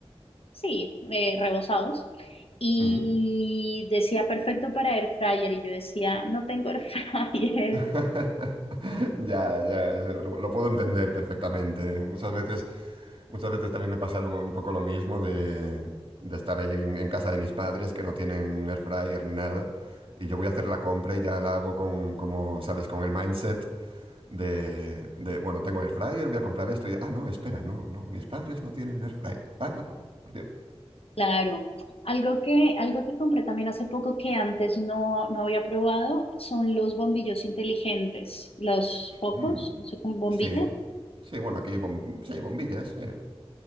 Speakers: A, on the left; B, on the right.
A: Sí, eh, rebozados. Y
B: mm.
A: decía perfecto para air fryer y yo decía, no tengo air fryer.
B: <laughs>
A: <laughs>
B: Ya, ya, eso, lo, lo puedo entender perfectamente. Muchas veces, muchas veces también me pasa lo- un poco lo mismo de, de estar ahí en, en casa de mis padres que no tienen air fryer ni nada. Y yo voy a hacer la compra y ya la hago con, como, ¿sabes? Con el mindset De, de, bueno, tengo air fryer, voy a comprar esto y, ah, no, espera, no, no, mis padres no tienen air fryer. Vaya, por, por Dios.
A: Claro, algo que, algo que compré también hace poco que antes no, no había probado son los bombillos inteligentes, los focos,
B: Mm,
A: no sé, con bombillas.
B: sí, sí, bueno, aquí, bom- sí, bombillas, sí. eh.